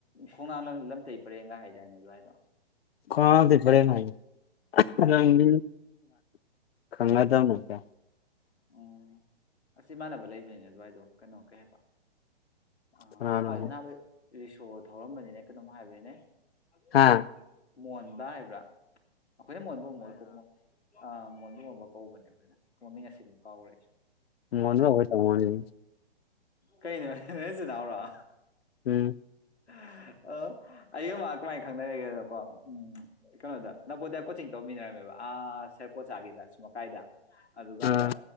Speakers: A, on the left; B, on the left.
A: ꯈꯣꯡꯅꯥ ꯂꯝꯇꯩ ꯄꯔꯦꯡꯒ ꯍꯥꯏꯗꯥꯏꯅꯦ ꯑꯗꯨꯋꯥꯏꯗꯣ
B: ꯀꯥꯗ ꯐꯔꯦꯅ ꯪ
A: ꯑꯥ
B: ꯈꯪꯅ ꯇꯅ ꯀ
A: ꯎꯝ ꯑꯁꯤ ꯏꯃꯥꯟꯅꯕ ꯂꯩꯕꯅꯤꯅꯦ ꯑꯗꯨꯋꯥꯏꯗꯣ ꯀꯩꯅꯣ ꯀꯩ ꯍꯥꯏꯕ ꯑ
B: ꯀꯅꯥꯅꯣ
A: ꯃꯄꯥꯜꯗ
B: ꯍꯥꯏ
A: ꯅꯍꯥꯟ ꯔꯤꯁꯣ ꯊꯧꯔꯝꯕꯅꯤꯅꯦ ꯀꯩꯅꯣꯝ ꯍꯥꯏꯕꯅꯤꯅꯦ
B: ꯍꯥ
A: ꯑ ꯃꯣꯟꯕ ꯍꯥꯏꯕ꯭ꯔꯥ ꯑꯩꯈꯣꯏꯅ ꯃꯣꯟꯕ ꯑꯃꯝ ꯑꯣꯏꯣꯏꯀꯣ ꯑ ꯃꯣꯟꯗꯨꯒꯣꯟꯕ ꯀꯧꯕꯅꯦ ꯑꯩꯈꯣꯏꯅ ꯃꯃꯤꯡ ꯑꯁꯤꯕꯨ ꯀꯥꯎꯔꯦ ꯑꯩꯁꯦ
B: ꯃꯅ ꯑꯣꯏ ꯇꯔ
A: ꯀꯩꯅꯦ ꯋꯥ ꯅꯁꯨꯅꯥꯕꯔ
B: ꯎꯝ
A: ꯑ ꯑꯩ ꯀꯃꯥꯏꯅ ꯈꯪꯅꯔꯤꯒꯦꯗꯅꯀꯣ ꯎꯝ ꯀꯩꯅꯣꯗ ꯅꯕꯣꯗꯤꯌꯥ ꯀꯣꯆꯤꯡ ꯇꯧꯃꯤꯟꯅꯔꯝꯃꯦꯕ ꯑ ꯁꯔ ꯄꯣꯆꯥꯥꯒꯤꯗ ꯁꯃ ꯀꯥꯏꯗ ꯑꯗꯨꯗꯒꯥꯟꯗ
B: ꯑꯥ